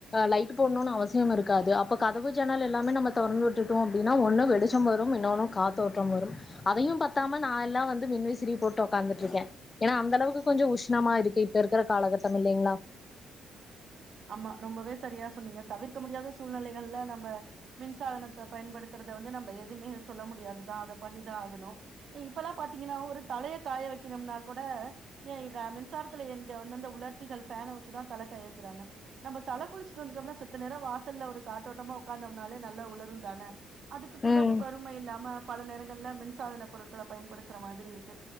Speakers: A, on the left; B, on the right.
A: லைட் போடணுனு அவசியமிருக்காது அப்போ கதவு ஜன்னல் எல்லாமே நம்ம தெறந்து விட்டுட்டோம்னா அப்புடின்னா ஒண்ணு வெளிச்சம் வரும் இன்னொன்னு காத்தோட்டம் வரும் அதையும் பத்தாம நா எல்லா வந்து மின்விசிறி போட்டு உட்காந்துட்டு இருக்கே ஏன்னா அந்த அளவுக்கு கொஞ்ச உஷ்ணமா இருக்கு இப்ப இருக்கிற காலகட்டம் இல்லேங்களா
B: ஆமா ரொம்பவே சரியா சொன்னீங்க தவிர்க்க முடியாத சூழ்நிலைகள்ல நம்ப மின்சாதனத்த பயன்படுத்துறத வந்து நம்ம எதுவுமே சொல்ல முடியாதுதா அத பண்ணித ஆகணு இப்பெல்ல பாத்தீங்கன்னா ஒரு தலய காய வெனக்கணும்னா கூட ஏ க மின்சாரத்துல எங்க வந்தந்த உலர்த்திகள் பேனை வச்சுத தல காய வைக்கிறாங்க நம்ப தல குளிச்சுட்டு வந்துட்டோம்னா செத்த நேர வாசல்ல ஒரு காற்றோட்டமா உட்காந்தம்னாலே நல்ல உளரு தானே அதுக்கு கூட
A: ம்
B: பொறுமை இல்லாம பல நேரங்கள்ல மின் சாதன பொருட்களே பயன்படுத்துற மாதிரி இருக்கு